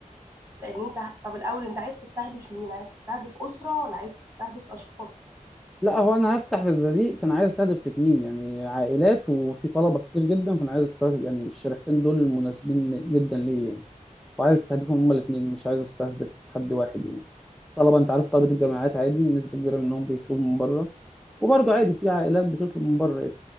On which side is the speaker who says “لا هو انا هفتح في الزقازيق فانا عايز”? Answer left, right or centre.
Centre